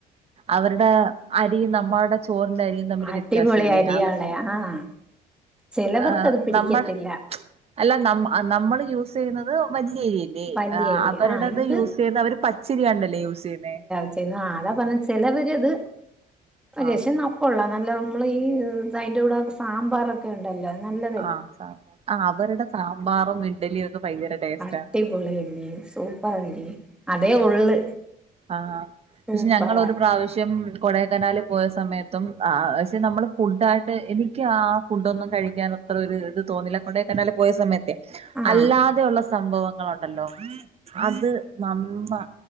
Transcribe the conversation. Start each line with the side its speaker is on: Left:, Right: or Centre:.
Right: അവരുടെ അരിയും, നമ്മളുടെ ചോറിന്റെ അരിയും, തമ്മില്
Centre: അടിപൊളി
Right: വ്യത്യാസം ഇല്ലേ
Centre: അരിയാണ്,
Right: അവർ
Centre: ആഹ്... ചിലവർക്കത്
Right: ആഹ്
Centre: പിടിക്കത്തില്ല.
Right: നമ്മൾ അല്ല ന നമ്മൾ യൂസ് ചെയ്യുന്നത് വല്യരിയ- ല്ലേ
Centre: വല്യരി
Right: അവരുടത്
Centre: ആഹ് ഇത്
Right: യൂസ് ചെയ്യുന്നത്- അവര് പച്ചരിയാണ്ടല്ലേ യൂസ് ചെയ്യുന്നേ.
Centre: ആഹാ അതാ പറഞ്ഞെ ചിലവരത് രഷേ
Right: ആഹ്
Centre: നം- കൊള്ളാം നല്ല നമ്മൾ ഈ, അതിന്റെ കൂടെ സാമ്പാറൊക്കെ- ഒക്കെയുണ്ടല്ലോ? നല്ല,
Right: ആഹാ ആഹാ അവരുടെ- സാമ്പാറും, ഇഡ്ഡലിയൊക്കെ ഭയങ്കര- ടേസ്റ്റ്
Centre: അട്ടിപൊളിയല്ലിയോ?
Right: ആണ്
Centre: സൂപ്പറല്ലേ? അതേ ഉള്ള്.
Right: ആഹാ,
Centre: സൂപ്പറാ
Right: പക്ഷെ ഞങ്ങളൊരു പ്രാവശ്യം- കൊടേക്കനാല് പോയ സമയത്തും ആഹാ പക്ഷെ നമ്മള് ഫുഡായിട്ട്- എനിക്ക് ആഹാ ഫുഡൊന്നും കഴിക്കാൻ- അത്ര ഒരു ഇത് തോന്നില്ല- കൊടേക്കനാല് പോയ സമയത്തേ.
Centre: ആഹ്
Right: അല്ലാതെയുള്ള സംഭവങ്ങളുണ്ടല്ലോ? അത് നമ്മ-